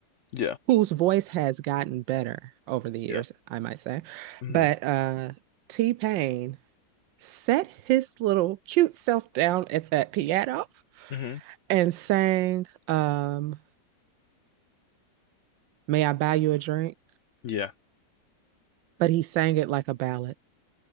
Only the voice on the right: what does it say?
whose voice has gotten better over the years,
I might say.
But uh T-Pain set his little cute self down at that piano
and sang um May I Buy You a Drink?
But he sang it like a ballad.